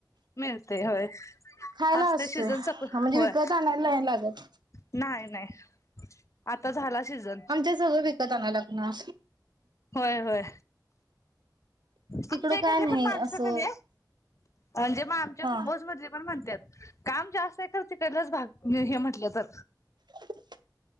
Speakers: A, on the left; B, on the right.
A: मिळते होय
B: खायला
A: असते सिजन सपय
B: म्हणजे विकत आणायला नाही लागत
A: नाही नाही आता झाला सीझन
B: आमच्या सगळं विकत आण लागणार
A: होय होय आमच्या
B: तिकडं
A: इकडली
B: का नाही
A: पण माणसं
B: असं
A: का नाही म्हणजे मगम
B: हा
A: कुंभस मधज पण म्हण त काम जास्त आहे तर तिकडलाच भाग हे म्हटलं तर
B: ह